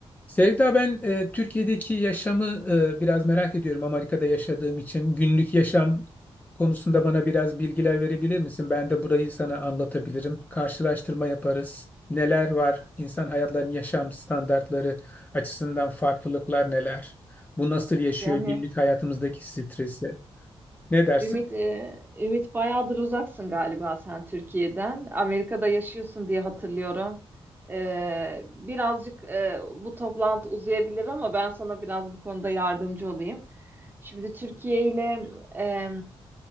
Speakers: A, on the left (about 15°); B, on the right (about 20°).
A: Sevda ben e, Türkiye'deki yaşamı e, biraz merak ediyorum Amerika'da yaşadığım için. Günlük yaşam konusunda bana biraz bilgiler verebilir misin? Ben de burayı sana anlatabilirim. Karşılaştırma yaparız. Neler var? İnsan hayatlarının yaşam standartları açısından farklılıklar neler? Bu nasıl yaşıyor
B: Yani
A: günlük hayatımızdaki stresi? Ne dersin?
B: Ümit, e, Ümit bayağıdır uzaksın galiba sen Türkiye'den. Amerika'da yaşıyorsun diye hatırlıyorum. E, birazcık e, bu toplantı uzayabilir ama ben sana biraz bu konuda yardımcı olayım. Şimdi Türkiye ile e,